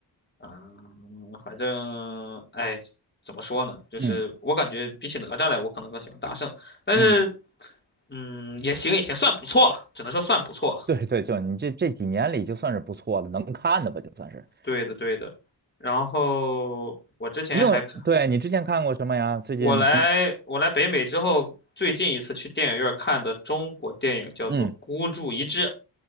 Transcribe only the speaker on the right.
嗯
嗯，
对对，就你这这几年里就算是不错的，能看的吧，就算是。
你有，对，你之前看过什么呀？最近比，
嗯，